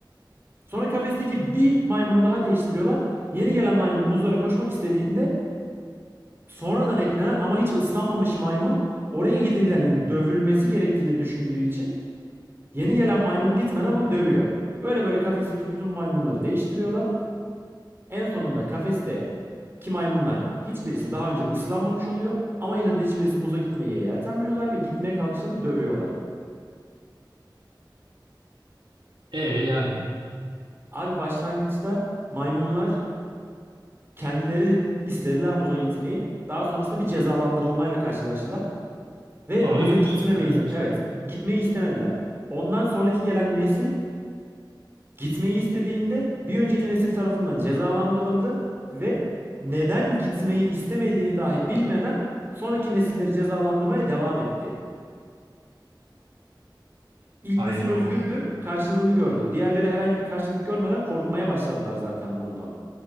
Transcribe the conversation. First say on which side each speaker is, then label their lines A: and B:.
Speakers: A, on the right; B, on the right.
A: Sonra kafesteki bir maymunu daha değiştiriyorlar. Yeni gelen maymun muzlara koşmak istediğinde Sonradan eklenen ama hiç ıslanmamış maymun oraya gidilenin dövülmesi gerektiğini düşündüğü için yeni gelen maymun gitmeden onu dövüyor. Böyle böyle kafesteki bütün maymunları değiştiriyorlar. En sonunda kafeste ki maymunların hiçbirisi daha önce ıslanmamış oluyor ama yine de hiçbirisi muza gitmeye yeltenmiyorlar ve gitmeye kalkışlarında dövüyorlar.
B: E yani.
A: Abi başlangıçta maymunlar kendileri istediler muza gitmeyi. Daha sonrasında bir cezalandırılmayla karşılaştılar. Ve
B: Sonra
A: muza
B: da gitmek
A: gitmemeyi,
B: istemediler işte.
A: evet, gitmeyi istemediler. Ondan sonraki gelen nesil gitmeyi istediğinde bir önceki nesil tarafından cezalandırıldı ve neden gitmeyi istemediğini dahi bilmeden sonraki nesilleri cezalandırmaya devam etti. İlk
B: Hayır
A: nesil
B: o.
A: özgürdü, karşılığını gördü. Diğerleri herhangi bir karşılık görmeden korkmaya başladılar zaten muzdan.